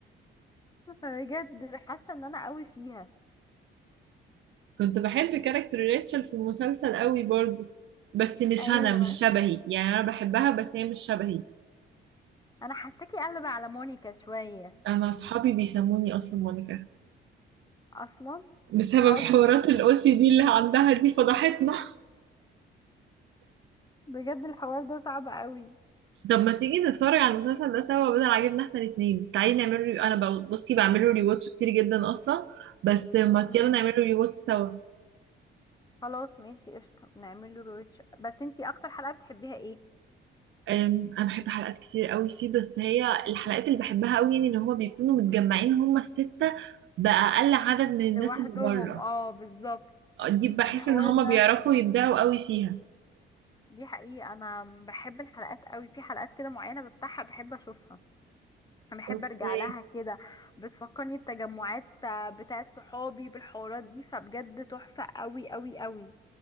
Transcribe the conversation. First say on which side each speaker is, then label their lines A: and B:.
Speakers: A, on the left; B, on the right.
A: <laughs> بجد حاسه ان انا قوي فيها
B: كنت بحب كاركتر ريتشل في المسلسل قوي برضو بس مش
A: ايوه
B: انا مش شبهي يعني انا بحبها بس هي مش شبهي
A: انا حاساكي قلب على مونيكا شويه
B: انا اصحابي بيسموني اصلا مونيكا
A: اصلا
B: بسبب
A: اصلا
B: حوارات الاو سي دي اللي عندها دي فضحتنا <laughs>
A: بجد الحوار ده صعب قوي
B: طب ما تيجي نتفرج على المسلسل ده سوا بدل عاجبنا احنا الاثنين تعالي نعمل ري... انا بقى بصي بعمل له ريواتش كتير جدا اصلا بس ما
A: امم
B: يلا نعمل له ريواتش سوا
A: خلاص ماشي قشطه نعمل له رويتش بس انتي اكتر حلقه بتحبيها ايه
B: أم، انا بحب حلقات كتير قوي فيه بس هي الحلقات اللي بحبها قوي يعني ان هما بيكونوا متجمعين هما الستة بأقل عدد من الناس
A: لوحدهم
B: اللي بره
A: اه بالظبط
B: دي بحس
A: الحوار
B: ان هما
A: ده
B: بيعرفوا يبدعوا قوي فيها
A: دي حقيقة أنا بحب الحلقات قوي في حلقات كده معينة بفتحها بحب أشوفها بحب
B: اوكي
A: أرجع لها كده بتفكرني بتجمعات آه، بتاعت صحابي بالحوارات دي فبجد تحفة قوي قوي قوي